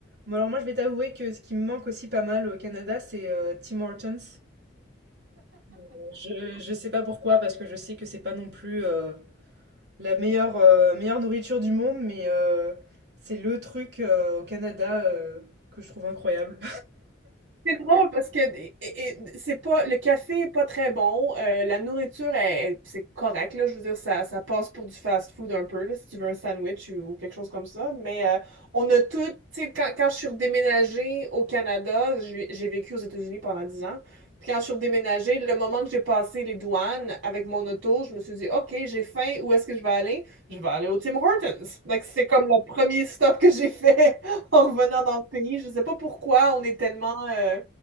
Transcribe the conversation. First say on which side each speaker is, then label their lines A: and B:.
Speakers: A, on the right; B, on the right.
A: Bon, alors moi, je vais t'avouer que ce qui me manque aussi pas mal au Canada, c'est euh, Tim Hortons. Euh, Je, je sais pas pourquoi, parce que je sais que c'est pas non plus euh, la meilleure, euh, meilleure nourriture du monde, mais euh, c'est le truc euh, au Canada euh, que je trouve incroyable.
B: C'est drôle parce que et- et- c'est pas le café est pas très bon, euh, la nourriture est- c'est correct là, je veux dire ça ça passe pour du fast-food un peu là, si tu veux un sandwich ou quelque chose comme ça, mais euh, on a tout, tu sais quand, quand je suis redéménagée au Canada, j'ai j'ai vécu aux États-Unis pendant 10 ans. Puis quand je suis redéménagée, le moment que j'ai passé les douanes avec mon auto, je me suis dit OK, j'ai faim, où est-ce que je vais aller? Je vais aller au Tim Hortons. Donc c'est comme le premier stop que j'ai fait. <laughs> en revenant dans le pays. Je ne sais pas pourquoi on est tellement euh,